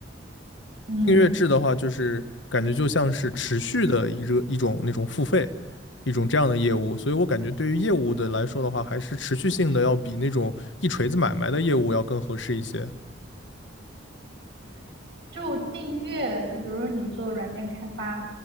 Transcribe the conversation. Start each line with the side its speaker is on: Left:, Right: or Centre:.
Right: 嗯，
Left: 订阅制的话，就是感觉就像是持续的一个一种那种付费，一种这样的业务，所以我感觉对于业务的来说的话，还是持续性的要比那种一锤子买卖的业务要更合适一些。
Right: 就订阅，就比如说你做软件开发，